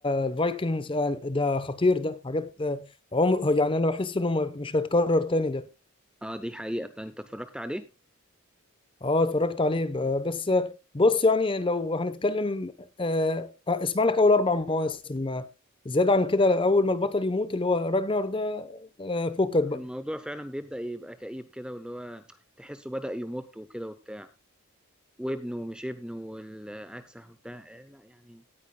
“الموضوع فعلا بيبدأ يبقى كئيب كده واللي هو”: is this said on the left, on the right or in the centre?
Centre